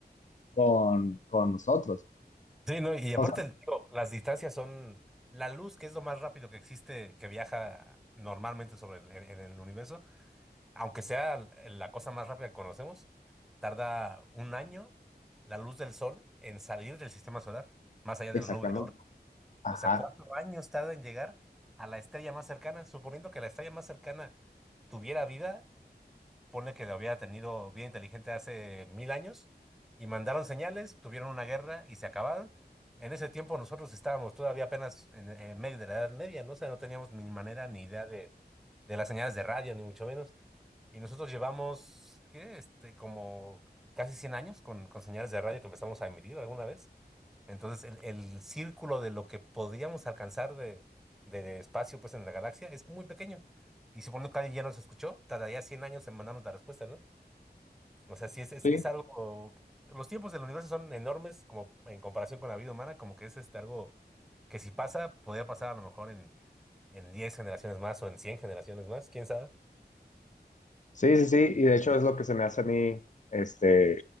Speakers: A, on the left; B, in the centre.
A: con, con nosotros.
B: Sí, no, y aparte,
A: O sea,
B: digo, las distancias son la luz, que es lo más rápido que existe, que viaja normalmente sobre el, en, en el universo, aunque sea l- la cosa más rápida que conocemos, tarda un año la luz del sol en salir del sistema solar, más allá de
A: exactamente.
B: la nube de Oort.
A: Ajá.
B: O sea, cuatro años tarda en llegar a la estrella más cercana, suponiendo que la estrella más cercana tuviera vida, ponle que lo hubiera tenido bien inteligente hace mil años, y mandaron señales, tuvieron una guerra y se acabaron. En ese tiempo nosotros estábamos todavía apenas en, en medio de la Edad Media, ¿no? O sea, no teníamos ni manera ni idea de, de las señales de radio, ni mucho menos. Y nosotros llevamos, ¿qué? Este, como casi 100 años con, con señales de radio que empezamos a emitir alguna vez. Entonces, el, el círculo de lo que podríamos alcanzar de, de espacio pues, en la galaxia es muy pequeño. Y suponiendo que alguien ya nos escuchó, tardaría 100 años en mandarnos la respuesta, ¿no? O sea, sí es, es,
A: Sí.
B: es algo... Los tiempos del universo son enormes como en comparación con la vida humana, como que es este, algo que si pasa, podría pasar a lo mejor en, en 10 generaciones más o en 100 generaciones más, quién sabe.
A: Sí, sí, sí, y de hecho es lo que se me hace a mí, este,